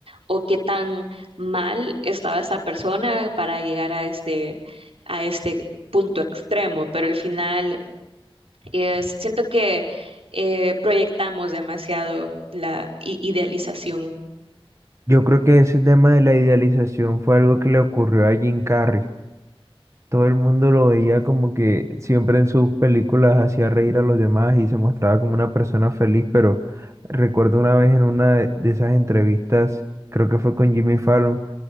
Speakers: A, on the right; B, on the right.
A: o qué tan mal estaba esa persona para llegar a este, a este punto extremo. Pero al final eh, si, siento que eh, proyectamos demasiado la i- idealización.
B: Yo creo que ese tema de la idealización fue algo que le ocurrió a Jim Carrey. Todo el mundo lo veía como que siempre en sus películas hacía reír a los demás y se mostraba como una persona feliz, pero recuerdo una vez en una de de esas entrevistas, creo que fue con Jimmy Fallon,